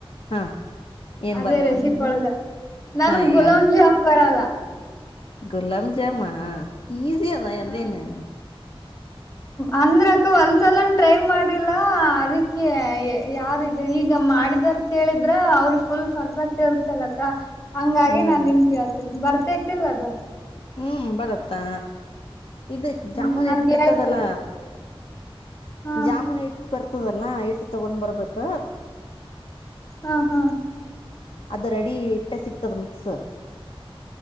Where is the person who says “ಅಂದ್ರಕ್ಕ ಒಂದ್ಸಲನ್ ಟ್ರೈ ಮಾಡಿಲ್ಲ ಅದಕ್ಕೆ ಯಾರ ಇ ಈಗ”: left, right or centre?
Left